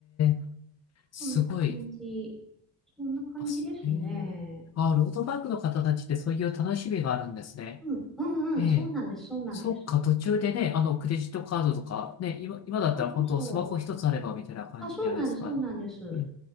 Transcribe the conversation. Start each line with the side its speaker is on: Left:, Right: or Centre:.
Left: え。すごい。
Centre: そんな感じ。そんな感じですね。
Left: あ、すええ。ああ、ロードバイクの方たちってそういう楽しみがあるんですね。
Centre: うん、うん、
Left: ええ。
Centre: うん、そうなんです、そうなんです。
Left: そっか、途中でね、あの、クレジットカードとか、ね、今、今だったら本当スマホ一つあればみたいな感じじゃないですか。
Centre: あ、そうそう。あ、そうなんです、そうなんです。
Left: ええ、